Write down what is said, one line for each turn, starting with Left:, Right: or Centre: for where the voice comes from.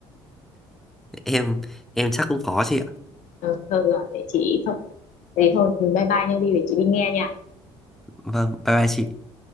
Centre: em em chắc cũng có chị ạ
Left: ừ, thôi rồi để chị thôi Thế thì thôi bye bye nha Vy để chị đi nghe nha
Centre: vâng bye bye chị